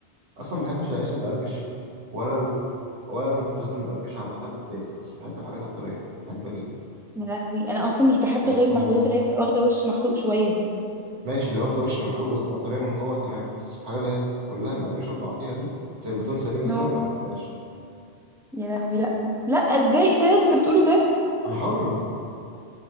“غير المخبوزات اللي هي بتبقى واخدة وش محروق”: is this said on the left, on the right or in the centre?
Centre